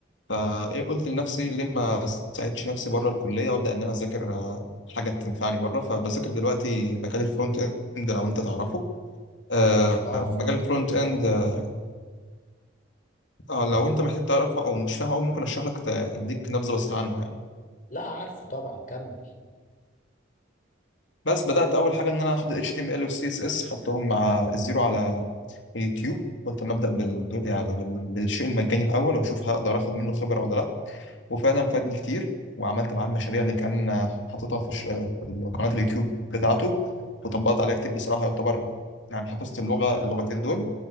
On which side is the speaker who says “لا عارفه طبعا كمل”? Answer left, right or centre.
Left